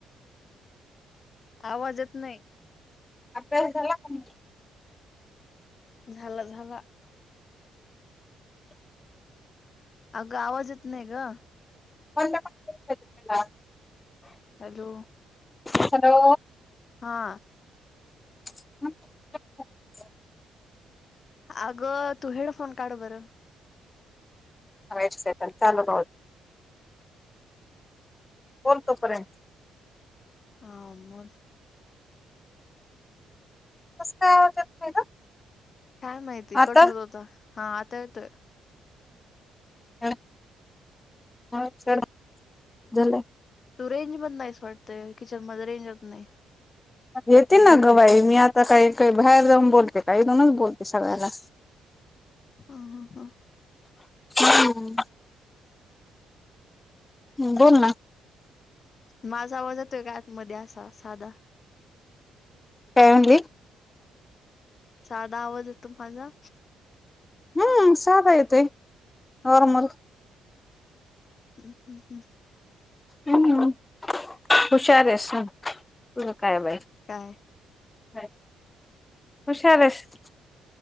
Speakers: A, on the left; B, on the left.
A: आवाज येत नाही
B: अभ्यास झाला का
A: झालं झालं अगं आवाज येत नाही ग
B: कोणत्या पक्षला
A: हॅलो
B: हॅलो
A: हा
B: हम्
A: आग तू हेड फोन काढ बर
B: ह चालू बोलतो पर्यंत
A: हा मग
B: कस काय आवाज येत नाही ग
A: काय माहिती
B: आता
A: कट होत होता हा आता येतोय.
B: ह काय <unintelligible> झालंयं.
A: तू रेंज मधी नाहीस वाटत किचन मध्ये रेंजच नाही.
B: येते ना ग बाई मी आता कायं कायं बाहेर जाऊन बोलते का इथूनच बोलते सगळ्याला
A: हा हा हा
B: हम्म हूं बोल ना
A: माझा आवाज येतोय का आतमध्ये असा साधा
B: काय म्हणली
A: साधा आवाज येतो माझा
B: हम्म साधा येतोय नॉर्मल
A: हम्म हम्म हम्म
B: हम्म हुशार आहेस हो तुझ काय बाय
A: काय
B: व्हय हुशार येस तूं